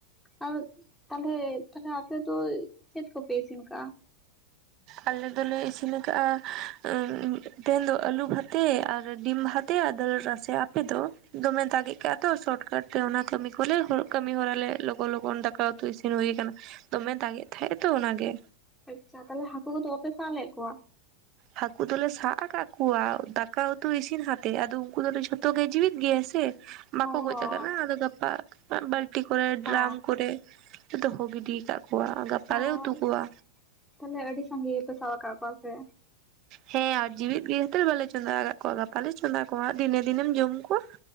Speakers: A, in the centre; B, on the right.
A: ᱟᱨ <unintelligible> ᱛᱟᱦᱚᱞᱮ ᱛᱟᱦᱚᱞᱮ ᱟᱯᱮ ᱫᱚ ᱪᱮᱫ ᱠᱚᱯᱮ ᱤᱥᱤᱱ ᱠᱟᱜᱼᱟ?
B: ᱟᱞᱮ ᱫᱚᱞᱮ ᱤᱥᱤᱱ ᱠᱟᱜᱼᱟ <unintelligible> ᱛᱮᱦᱮᱱ ᱫᱚ ᱟᱞᱩ ᱵᱷᱟᱛᱮ ᱟᱨ ᱰᱤᱢ ᱵᱷᱟᱛᱮ <unintelligible> ᱟᱯᱮ ᱫᱚ ᱫᱚᱢᱮ ᱫᱟᱜᱮᱜ ᱠᱟᱜ ᱛᱚ ᱥᱚᱴᱠᱟᱹᱴ ᱛᱮ ᱚᱱᱟ ᱠᱟᱹᱢᱤ ᱠᱚᱞᱮ ᱦ ᱠᱟᱹᱢᱤ ᱦᱚᱨᱟ ᱞᱮ ᱞᱚᱜᱚᱱ - ᱞᱚᱜᱚᱱ ᱫᱟᱠᱟ ᱩᱛᱩ ᱤᱥᱤᱱ ᱦᱩᱭ ᱠᱟᱱᱟ ᱫᱚᱢᱮ ᱫᱟᱜᱮᱫ ᱛᱟᱦᱮᱸᱜ ᱟᱛᱚ ᱚᱱᱟ ᱜᱮ᱾
A: ᱟᱪᱪᱷᱟ ᱛᱟᱦᱚᱞᱮ ᱦᱟᱹᱠᱩ ᱠᱚᱫᱚ ᱵᱟᱯᱮ ᱥᱟᱵ ᱞᱮᱫ ᱠᱚᱣᱟ?
B: ᱦᱟᱹᱠᱩ ᱫᱚᱞᱮ ᱥᱟᱵ ᱟᱠᱟᱫ ᱠᱚᱣᱟ ᱫᱟᱠᱟ ᱩᱛᱩ ᱤᱥᱤᱱ ᱦᱟᱛᱮ ᱟᱫᱚ ᱩᱱᱠᱩ ᱫᱚᱞᱮ ᱡᱷᱚᱛᱚ ᱜᱮ ᱡᱤᱣᱮᱫ ᱜᱮᱭᱟ ᱥᱮ ᱵᱟᱠᱚ
A: ᱚ
B: ᱜᱚᱡ
A: ᱚ
B: ᱟᱠᱟᱱᱟ ᱟᱫᱚ ᱜᱟᱯᱟ ᱵᱟᱞᱴᱤ ᱠᱚᱨᱮ ᱰᱨᱟᱢ
A: ᱚ
B: ᱠᱚᱨᱮ ᱫᱚᱦᱚ ᱜᱤᱰᱤ ᱟᱠᱟᱫ ᱠᱚᱣᱟ ᱠᱚᱣᱟ ᱜᱟᱯᱟᱞᱮ
A: ᱦᱚᱸ
B: ᱩᱛᱩ ᱠᱚᱣᱟ
A: ᱛᱟᱦᱚᱞᱮ ᱟᱹᱰᱤ ᱥᱟᱸᱜᱮ ᱜᱮᱯᱮ ᱥᱟᱵ ᱟᱠᱟᱫ ᱠᱚᱣᱟ ᱥᱮ
B: ᱦᱮᱸ ᱟᱨ ᱡᱤᱣᱤᱫ ᱜᱮ ᱠᱷᱟᱛᱤᱨ ᱵᱟᱞᱮ ᱪᱚᱸᱫᱟ ᱟᱠᱟᱫ ᱠᱚᱣᱟ ᱾ ᱜᱟᱯᱟ ᱞᱮ ᱪᱚᱸᱫᱟ ᱠᱚᱣᱟ ᱫᱤᱱᱮ-ᱫᱤᱱᱮᱢ ᱡᱚᱢ ᱠᱚᱣᱟ᱾